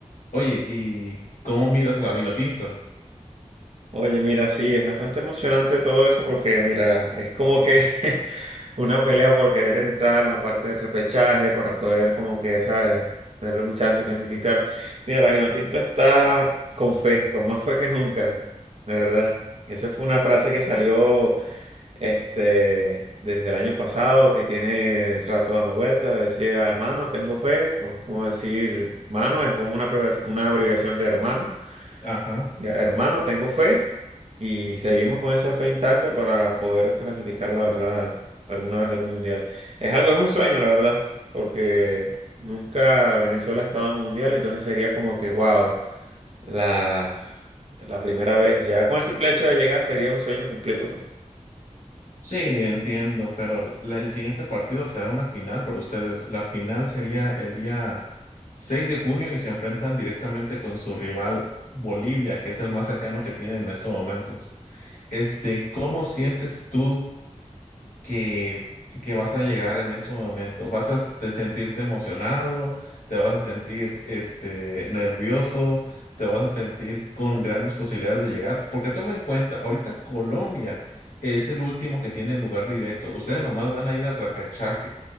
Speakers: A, on the left (about 85°); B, on the right (about 55°).
A: Oye, ¿y cómo miras a la Vinotinto?
B: Oye, mira, sí, es bastante emocionante todo eso porque, mira, es como que <laughs> una pelea por querer entrar en la parte de repechaje para poder, como que, ¿sabes?, tener un chance y clasificar. Mira, la Vinotinto está con fe, con más fe que nunca, de verdad. Esa fue una frase que salió. Este, desde el año pasado que tiene rato dando vueltas, decía hermano, tengo fe, como, es como decir mano, es como una abreviación, una abreviación de hermano.
A: Ajá.
B: Ya, hermano, tengo fe y seguimos con esa fe intacta para poder clasificar, la verdad, alguna vez a algún mundial. Es algo, es un sueño, la verdad, porque nunca Venezuela ha estado en un mundial, entonces sería como que, wow, la, la primera vez, ya con el simple hecho de llegar sería un sueño cumplido. pues.
A: Sí, entiendo, pero la- la- el siguiente partido será una final para ustedes. La final sería el día 6 de junio y se enfrentan directamente con su rival Bolivia, que es el más cercano que tienen en estos momentos. Este, ¿cómo sientes tú? que, que vas a llegar en ese momento. Vas a s- te sentirte emocionado, te vas a sentir este, nervioso, te vas a sentir con grandes posibilidades de llegar. Porque toma en cuenta, ahorita Colombia es el último que tiene lugar directo. Ustedes nomás van a ir a repechaje,